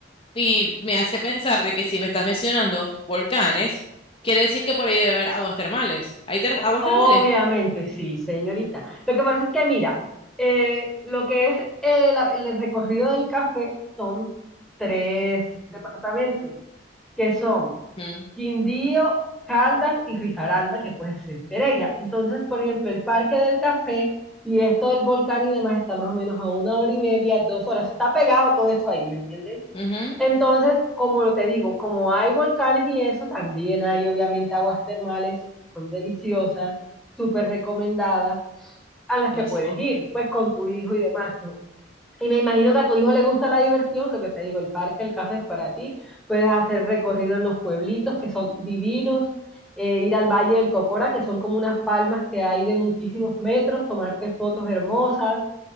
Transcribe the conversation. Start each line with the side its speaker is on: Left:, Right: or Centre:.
Left: y me hace pensar de que si me estás mencionando volcanes, quiere decir que por ahí debe haber aguas termales. ¿Hay ter- aguas
Centre: Obviamente,
Left: termales?
Centre: sí, señorita. Lo que pasa es que, mira, eh, lo que es eh, la- el recorrido del café son tres departamentos, que son
Left: Hmm.
Centre: Quindío, Caldas y Risaralda, que pues es Pereira. Entonces, por ejemplo, el Parque del Café y esto del volcán y demás está más o menos a una hora y media, dos horas. Está pegado todo eso ahí, ¿me entiendes?
Left: Ujú,
Centre: Entonces, como te digo, como hay volcanes y eso, también hay obviamente aguas termales, son deliciosas, súper recomendadas, a las que
Left: Buenísimo.
Centre: puedes ir, pues con tu hijo y demás, ¿no? Y me imagino que a tu hijo le gusta la diversión, lo que te digo, el parque, el café es para ti, puedes hacer recorrido en los pueblitos que son divinos, eh, ir al Valle del Cocora, que son como unas palmas que hay de muchísimos metros, tomarte fotos hermosas,